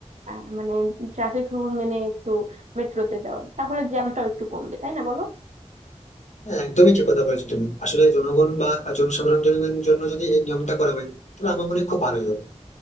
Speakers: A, on the right (about 80°); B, on the left (about 80°).
A: আহ, মানে ট্রাফিক রুল মেনে একটু মেট্রোতে যাওয়ার তাহলে জ্যামটাও একটু কমবে তাই না বলো
B: হ্যাঁ একদমই ঠিক কথা বলেছো তুমি আসলে জনগণ বা জনসাধারণ জনের জন্য যদি এই নিয়মটা করা হয় তাহলে আমার মনে হয় খুব ভালো হবে